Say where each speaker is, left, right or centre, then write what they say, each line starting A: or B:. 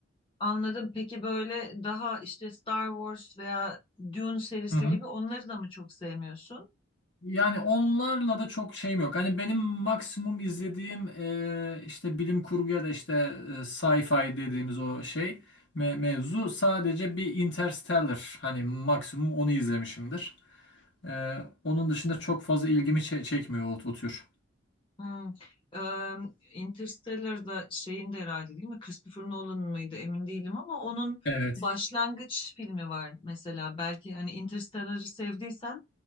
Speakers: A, on the left; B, on the left.
A: anladım. Peki böyle daha işte Star Wars veya Dune serisi
B: Hı hı.
A: gibi onları da mı çok sevmiyorsun?
B: Yani onlarla da çok şeyim yok. Hani benim maksimum izlediğim e, işte bilim kurgu ya da işte e, sci-fi dediğimiz o şey me- mevzu sadece bir Interstellar. Hani maksimum onu izlemişimdir. E, onun dışında çok fazla ilgimi çe- çekmiyor o, o tür.
A: Hmm. Eee Interstellar'da şeyin de herhalde değil mi? Christopher Nolan'ın mıydı? Emin değilim ama onun
B: Evet.
A: başlangıç filmi var mesela. Belki hani Interstellar'ı sevdiysen